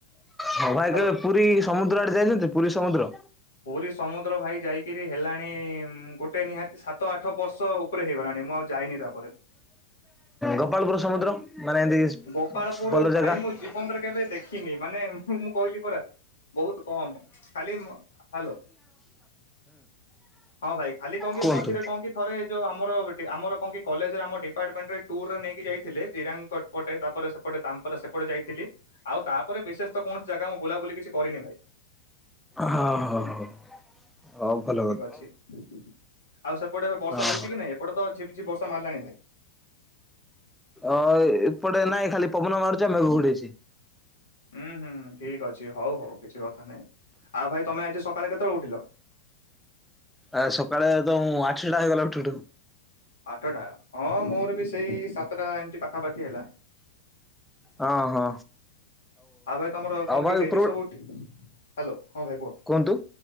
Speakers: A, in the centre; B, on the left (about 75°).
A: ହଁ
B: ହ୍ୟାଲୋ
A: ଭାଇ କେବେ ପୁରୀ ସମୁଦ୍ର ଆଡେ ଯାଇଛନ୍ତି ପୁରୀ ସମୁଦ୍ର।
B: ପୁରୀ ସମୁଦ୍ର ଭାଇ ଯାଇକିରି ହେଲାଣି ଗୋଟେ ନିହାତି ସାତ ଆଠ ବର୍ଷ ଉପରେ ହେଇଗଲାଣି। ମୁଁ ଆଉ ଯାଇନି ତାପରେ
A: ଗୋପାଳପୁର ସମୁଦ୍ର ମାନେ ଏମତି
B: ଗୋପାଳପୁର
A: ଭଲ ଜାଗା।
B: ଭାଇ
A: ହୁଁ
B: ମୁଁ ଜୀବନରେ କେବେ ଦେଖିନି ମାନେ ମୁ ମୁଁ କହିଲି ପରା ବହୁତ କମ୍ ଖାଲି ହ୍ୟାଲୋ ହଁ ଭାଇ ଖାଲି କଣ କି
A: କୁହନ୍ତୁ
B: ମଝିରେ କଣ କି ଥରେ ଯଉ ଆମର ଆମର କଣ କି କଲେଜରେ ଆମ ଡିପାର୍ଟମେଣ୍ଟ ରେ ଟୁୁରରେ ନେଇକି ଯାଇଥିଲେ ଜିରାଙ୍ଗ ସେପଟେ ତାପରେ ସେପଟେ ତାପରେ ସେପଟେ ଯାଇଥିଲି। ଆଉ ତାପରେ ବିଶେଷ ତ କୌଣସି ଜାଗା ମୁଁ ବୁଲାବୁଲି କିଛି କରିନି ଭାଇ।
A: ହଁ ହଁ ହଁ ହଉ ଭଲ କ।
B: ଆଉ ସେପଟେ ଏବେ ବର୍ଷା
A: ହଁ।
B: ହଉଛି କି ନାଇ ଏପଟେ ତ ଝିପ ଝିପ ବର୍ଷା ମାରିଲାଣି ଭାଇ।
A: ଅ ଏପଟେ ନାଇଁ ଖାଲି ପବନ ମାରୁଛ ଆଊ ମେଘ ଘୁଡେଇଛି।
B: ହୁଁ ହୁଁ ଠିକ ଅଛି ହଉ ହଉ କିଛି କଥା ନାହିଁ ଆଉ ଭାଇ ତମେ ଆଜି ସକାଳେ କେତେବେଳେ ଉଠିଲ।
A: ଆ ସକାଳେ ତ ଆଠଟା ହେଇଗଲା ଉଠୁ ଉଠୁ।
B: ଆଠଟା ହଁ ମୋର ବି ସେଇ ସାତଟା ଏମିତି ପାଖାପାଖି ହେଲା।
A: ହଁ ହଁ
B: ଆଉ ଭାଇ ତମର କଣ
A: ଆଉ ଭାଇ
B: କି ଡେଲି
A: ଉପର
B: ସବୁ ଉଠି ହ୍ୟାଲୋ ହଁ ଭାଇ କୁହ।
A: କୁହନ୍ତୁ